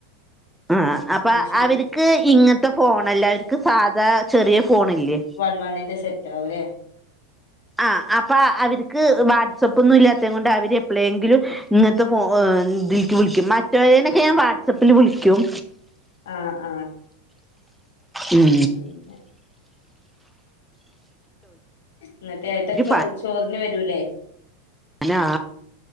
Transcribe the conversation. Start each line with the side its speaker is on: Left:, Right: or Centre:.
Centre: ആഹ് അപ്പൊ
Left: അയ് ശരി
Centre: അവർക്ക് ഇങ്ങത്തെ ഫോണല്ല അവർക്ക് സാധാ ചെറിയ ഫോണില്ലേ
Left: വൺ വണ്ണിന്റെ സെറ്റ് ആക അല്ലേ
Centre: ആഹ് അപ്പൊ അവർക്ക് വാട്സപ്പ് ഒന്നും ഇല്ലാത്ത കൊണ്ട് അവര് എപ്പളെങ്കിലും ഇങ്ങനത്തെ ഫോ ഇതിൽക്ക് വിളിക്കും മറ്റവരേനൊക്കെ ഞാൻ വാട്സാപ്പിൽ വിളിക്കും
Left: ആഹ് ആഹ്
Centre: ഉം
Left: പിന്നെ എന്നിട്ടേ ഏട്ടൻ
Centre: ഒരു
Left: ചോ ചോറിന് വരൂലേ
Centre: അനാ